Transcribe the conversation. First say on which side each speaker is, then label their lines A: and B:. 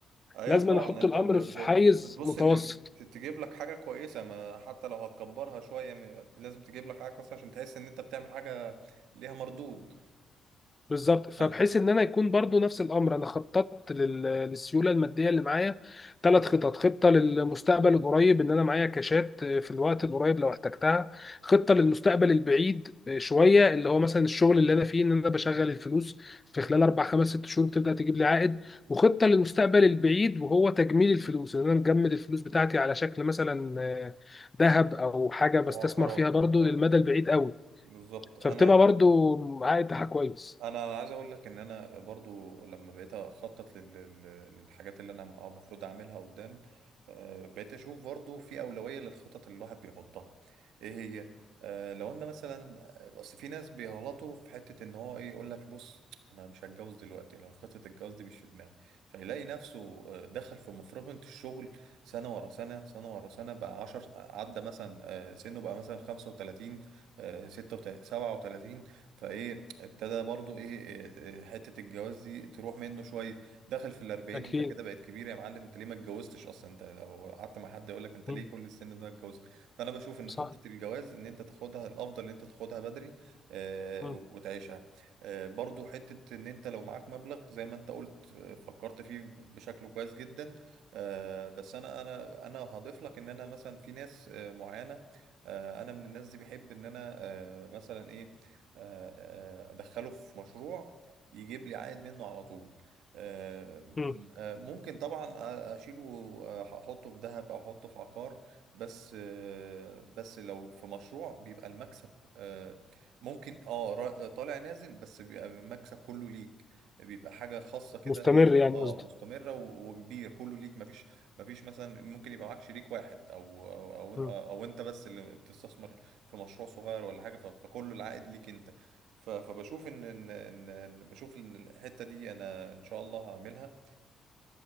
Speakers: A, on the right; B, on the left.
A: أيوه
B: لازم
A: طبعا
B: أنا احط
A: أنت
B: الامر
A: ب... ب...
B: في حيز
A: بتبص
B: متوسط
A: إن ت- تجيب لك حاجة كويسة ما حتى لو هتكبرها شوية م- لازم تجيب لك حاجة كويسة عشان تحس إن أنت بتعمل حاجة ليها مردود
B: بالظبط فبحيث
A: آه،
B: ان انا يكون برضو نفس الامر انا خططت لل- للسيوله الماديه اللي معايا ثلاث خطط خطه للمستقبل القريب ان انا معايا كاشات آه، في الوقت القريب لو احتجتها خطه للمستقبل البعيد آه، شويه اللي هو مثلا الشغل اللي انا فيه ان انا بشغل الفلوس في خلال اربع خمس ست شهور بتبدا تجيب لي عائد وخطه للمستقبل البعيد وهو تجميل الفلوس ان انا مجمد الفلوس بتاعتي على شكل مثلا آه، ذهب او حاجه بستثمر
A: أو عقارات
B: فيها برضو
A: أه
B: للمدى البعيد قوي
A: بالظبط أنا
B: فبتبقى برضو عائد بتاعها كويس
A: انا عايز اقول لك ان انا برضو لما بقيت اخطط لل- لل- للحاجات اللي انا المفروض اعملها قدام آه، بقيت اشوف برضو في اولوية للخطط اللي الواحد بيحطها ايه هي آه، لو انا مثلا آه، اصل في ناس بيغلطوا في حتة ان هو ايه يقول لك بص انا مش هتجوز دلوقتي لان خطة الجواز دي مش في دماغي فيلاقي نفسه آه، دخل في مفرمة الشغل سنة ورا سنة سنة ورا سنة بقى 10 عدى مثلا آه، سنه بقى مثلا 35 آه، 36 37 فايه ابتدى برضو ايه إيه، إيه، حتة الجواز دي تروح منه شوية دخل في الأربعين
B: أكيد
A: انت كده بقت كبير يا معلم انت ليه ما اتجوزتش اصلا انت لو قعدت مع حد يقولك انت
B: مم.
A: ليه كل السن ده ما اتجوزت فانا بشوف ان
B: صح
A: خطة الجواز ان انت تاخدها الافضل ان انت تاخدها بدري آه
B: مم.
A: وتعيشها آه برضو حتة ان انت لو معاك مبلغ زي ما انت قلت آه، فكرت فيه بشكل كويس جدا آه بس انا انا انا هضيف لك ان انا مثلا في ناس آه معينة آه انا من الناس دي بحب ان انا آه مثلا ايه آه، آه، ادخله في مشروع يجيب لي عائد منه على طول آه،
B: مم.
A: آه، ممكن طبعا اشيله آه، احطه في ذهب او احطه في عقار بس آه، بس لو في مشروع بيبقى المكسب آه، ممكن اه را- طالع نازل بس بيبقى المكسب كله ليك بيبقى حاجة خاصة كده
B: مستمر
A: ايه
B: يعني
A: اه
B: قصدي
A: مستمرة و- وكبير كله ليك مفيش مفيش مثلا ممكن يبقى معاك شريك واحد او او او,
B: مم.
A: أو انت بس اللي بتستثمر في مشروع صغير ولا حاجه ف- فكل العائد ليك انت ف- فبشوف ان ان ان إن- بشوف ان الحته دي انا ان شاء الله هعملها